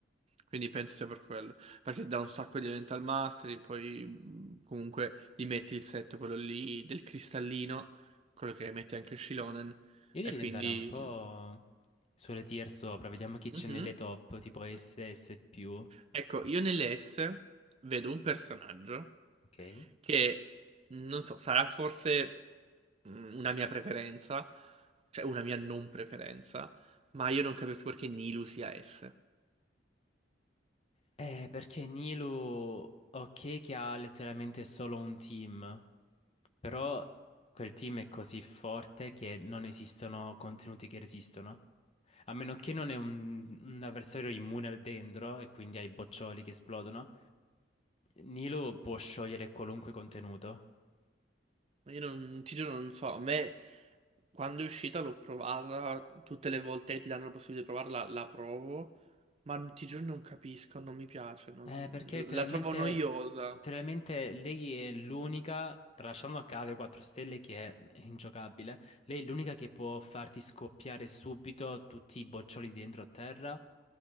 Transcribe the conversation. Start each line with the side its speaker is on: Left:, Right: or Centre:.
Right: Quindi penso sia per quello. Perché dà un sacco di Elemental Mastery, poi mh, comunque gli metti il set, quello lì del cristallino, quello che metti anche Shilonen.
Left: Io
Right: E
Left: direi
Right: quindi...
Left: di andare un po' sulle tier sopra, vediamo chi c'è
Right: Mhm.
Left: nelle top, tipo SS più.
Right: Ecco, io nelle S vedo un personaggio
Left: Ok.
Right: che, non so, sarà forse mm, una mia preferenza, cioè una mia non preferenza, ma io non capisco perché Nilu sia S.
Left: Eh, perché Nilu, ok, che ha letteralmente solo un team, però quel team è così forte che non esistono contenuti che resistono. A meno che non è un, un avversario immune al dendro e quindi ai boccioli che esplodono, Nilo può sciogliere qualunque contenuto.
Right: Io non, ti giuro, non so, a me quando è uscita l'ho provata, tutte le volte che ti danno la possibilità di provarla, la provo, ma ti giuro non capisco, non mi piace, non-
Left: Eh, perché
Right: la
Left: letteralmente,
Right: trovo noiosa.
Left: letteralmente lei è l'unica, tralasciando a cave 4 stelle che è ingiocabile, lei è l'unica che può farti scoppiare subito tutti i boccioli dentro a terra,